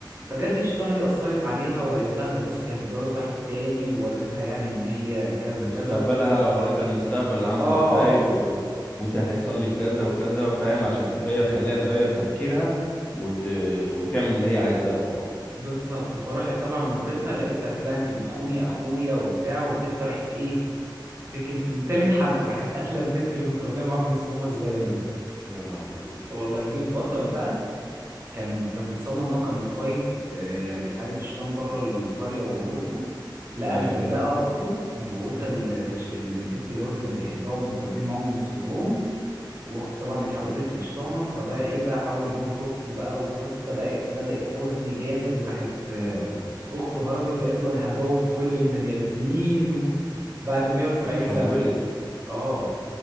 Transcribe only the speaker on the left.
مستقبلها
وريتها المستقبل عامل
ازاي و... وانت هتحصل لك كذا وكذا فاهم عشان تغير خليها تغير تفكيرها وت... وتعمل اللي هي عايزاه طبعا
يا لهوي
ايوه
يا لهوي
اتحولت